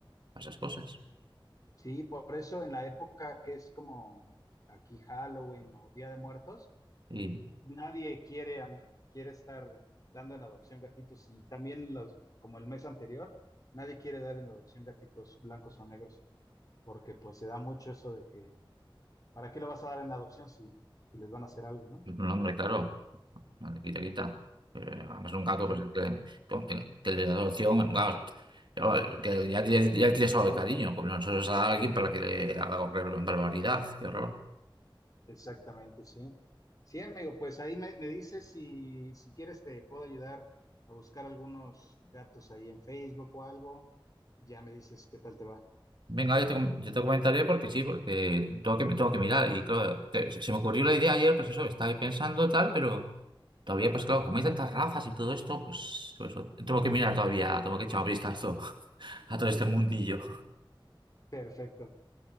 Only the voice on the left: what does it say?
Sí, por eso en la época que es como aquí Halloween o Día de Muertos,
nadie quiere, an- quiere estar dando en adopción gatitos y también los, como el mes anterior, nadie quiere dar en adopción gatitos blancos o negros porque pues se da mucho eso de que, ¿para qué lo vas a dar en adopción si, si les van a hacer algo, ¿no?
Sí,
Exactamente, sí. Sí, amigo, pues ahí me, me dices si, si quieres te puedo ayudar a buscar algunos gatos ahí en Facebook o algo. Ya me dices qué tal te va.
Perfecto.